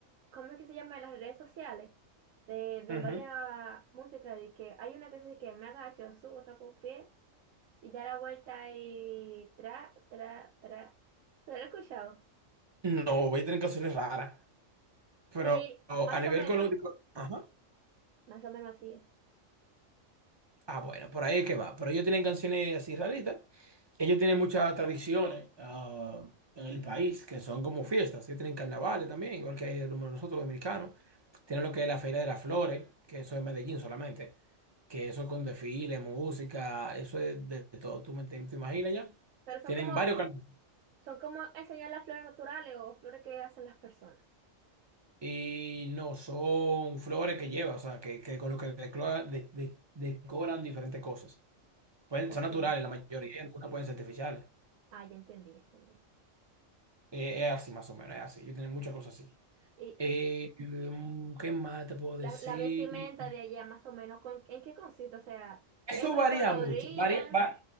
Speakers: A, on the right; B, on the right.
A: ¿cómo es que se llama? En las redes sociales, de, de
B: Ujú.
A: varias músicas, de que hay una que dice que me agacho, subo, saco un pie y da la vuelta y tra, tra, tra. ¿Te ¿Lo he escuchado?
B: No, voy a tener canciones raras, pero
A: Sí, más
B: a nivel
A: o menos,
B: económico, ajá.
A: más o menos así es.
B: Ah, bueno, por ahí es que va. Pero ellos tienen canciones así raritas. Ellos tienen muchas tradiciones ah, en el país que son como fiestas. Ellos tienen carnavales también, igual que nosotros los dominicanos. Tienen lo que es la Feria de las Flores, que eso es Medellín solamente. Que eso es con desfile, música, eso es de todo. ¿Tú me te, te imaginas ya?
A: Pero son
B: Tienen
A: como
B: varios carnavales.
A: Son como enseñar las flores naturales o flores que hacen las personas.
B: Y no, son flores que lleva, o sea, que, que con lo que decora- de- de- decoran diferentes cosas. Pueden,
A: Ok.
B: son naturales la mayoría, y algunas pueden ser artificiales.
A: Ah, ya entendí, ya entendí.
B: Eh, es así más o menos, es así. Yo tengo muchas cosas así.
A: Y
B: Eh, mm, ¿qué más te puedo decir?
A: la, la vestimenta de allá, más o menos, ¿con- ¿en qué consiste? O sea,
B: Eso
A: es muy
B: varía
A: colorida,
B: mucho, varía, va-